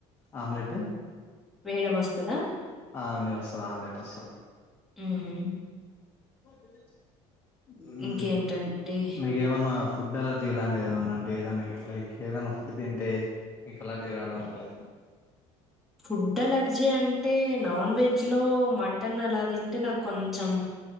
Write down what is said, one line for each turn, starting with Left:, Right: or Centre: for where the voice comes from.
Left: ఆమ్లెటు
Centre: వేయడం వస్తదా
Left: ఆ ఆండి వస్తది ఆమ్లెట్ వస్తది
Centre: హ్మ్మ్
Left: బ హ్మ్
Centre: ఇంకేంటండి
Left: మీకేమన్నా ఫుడ్ అలా ఇలాంటిది ఏదన్నా అంటే ఏదానికి లైక్ ఏదన్నా ఫుడ్ తింటే ఇక అలర్జీ రావడం అంటే
Centre: ఫుడ్ అలర్జీ అంటే నాన్ వెజ్ లో మటన్ అలా తింటే నాకు కొంచెం